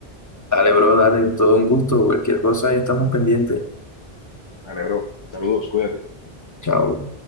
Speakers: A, on the left (about 20°); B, on the left (about 45°).
A: Dale, bro, dale, todo un gusto. Cualquier cosa, ahí estamos pendientes.
B: Vale, bro. Saludos, cuídate.
A: Chao.